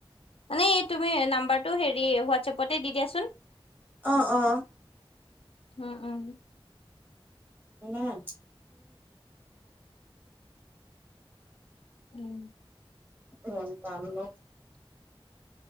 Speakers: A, on the left; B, on the right.
A: মানে এই তুমি নাম্বটো হেৰি হোৱাটছএপতে দি দিয়াচোন।
B: অহ অ।
A: উম উম
B: উ ন উ
A: উম
B: নন তানো